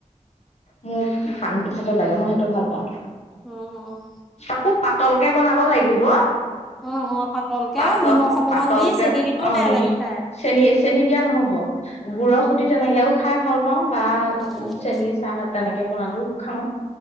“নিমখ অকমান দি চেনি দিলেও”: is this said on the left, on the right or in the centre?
Centre